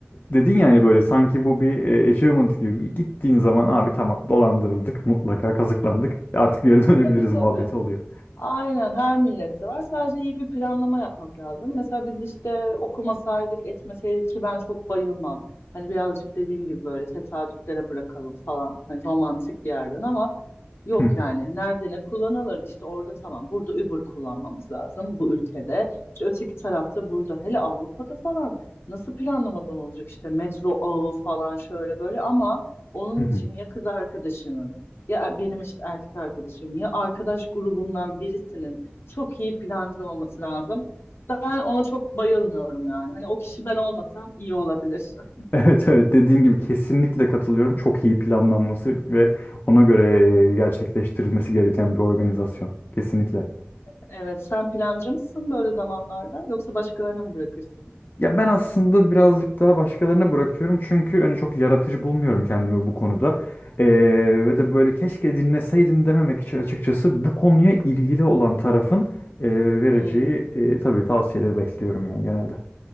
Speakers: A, on the left; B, on the left.
A: dedin yani böyle sanki bu bir e, achievement gibi. Bir gittiğin zaman abi tamam dolandırıldık mutlaka kazıklandık. Artık geri
B: <laughs>
A: <laughs> dönebiliriz
B: Tabii tabii.
A: muhabbeti oluyor.
B: Aynen her millette var. Sadece iyi bir planlama yapmak lazım. Mesela biz işte okumasaydık, etmeseydik ki ben çok bayılmam. Hani birazcık dediğim gibi böyle tesadüflere bırakalım falan. Hani romantik bir yerden ama yok
A: Hı hı.
B: yani. Nerede ne kullanılır? İşte orada tamam. Burada Uber kullanmamız lazım bu ülkede. İşte öteki tarafta burada hele Avrupa'da falan nasıl planlamadan olacak işte metro ağı falan şöyle böyle ama onun
A: Hı hı.
B: için ya
A: <laughs>
B: kız arkadaşının ya e, benim işte erkek arkadaşım ya arkadaş grubundan birisinin çok iyi plancı olması lazım. Ben ona çok bayılmıyorum yani. Hani o kişi ben olmasam iyi olabilir. <laughs>
A: Evet evet dediğin gibi kesinlikle katılıyorum. Çok iyi planlanması ve ona göre e, gerçekleştirilmesi gereken bir organizasyon. Kesinlikle.
B: Evet, sen plancı mısın böyle zamanlarda yoksa başkalarına mı bırakırsın?
A: Ya ben aslında birazcık daha başkalarına bırakıyorum çünkü hani çok yaratıcı bulmuyorum kendimi bu konuda. Ee, ve de böyle keşke dinleseydim dememek için açıkçası bu konuya ilgili olan tarafın e, vereceği
B: Hmm,
A: e, tabii tavsiyeleri bekliyorum yani genelde.